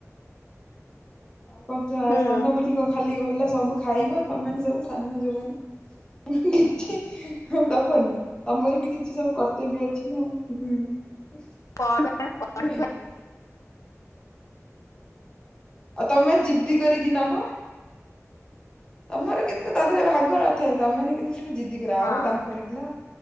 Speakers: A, on the left; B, on the left.
A: ହ ଆଉ
B: ହୁଁ
A: ସାନ ବୁଲି <unintelligible> ଖାଲି ଗଲା ସବୁ ଖାଇବ ତମମାନେ ସବୁ ସାନ ଯୋଉମାନେ, କିଛି ଦବନି? ତମର ବି କିଛି ସବୁ କର୍ତ୍ତବ୍ୟ ଅଛି ନା ଆଉ ହୁଁ ନୁହେଁ
B: ଆମର ପଢୁ
A: କି? ଆଉ ତମେ ଜିଦ୍ଦି କରିକି ନବ। ତମର କିନ୍ତୁ ତା ଦେହରେ ଭାଗ ନଥାଏ ତମେମାନେ କିନ୍ତୁ। <inaudible> ଜିଦି କର
B: ହଁ
A: ଆଉ ତାଙ୍କର ହେଲା।